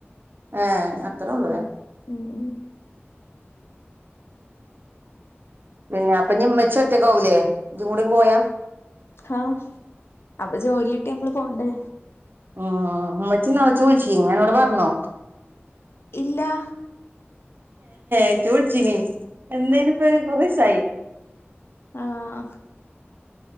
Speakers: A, on the right; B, on the left.
A: ഏ അത്രഒള്ളൂ
B: ഉം
A: ല്ലേ.
B: ഉം ഉം
A: പിന്നെ അപ്പഇനി ഇമ്മച്ചി ഒറ്റക്കാവൂലേ ഇജ്ജും കൂടി പോയ.
B: ആഹ അപ്പ ജോലിട്ട്യ നമ്മള് പോണ്ടേ
A: ഹും ഉമ്മച്ചി <unintelligible> എന്നോട് പർഞ്ഞു?
B: ഇല്ലാ
A: ഇത്തു വിളിച്ചിനി എന്നെനിപ്പ കുറെസായി
B: ആഹ